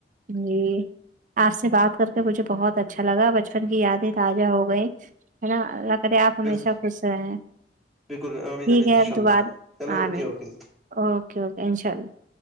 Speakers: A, on the right; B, in the centre.
A: جی <unintelligible> آپ سے بات کر کے مجھے بہت اچھا لگا بچپن کی یادیں تازہ ہو گئی ہے نا ارے آپ ہمیشہ
B: بالکل
A: خوش رہے ہیں ٹھیک
B: بالکل آمین آمین
A: ہے
B: انشاء
A: اب
B: اللہ
A: دوبار
B: چلو اوکے
A: آ میں
B: اوکے
A: اوکے اوکے انشاء اللہ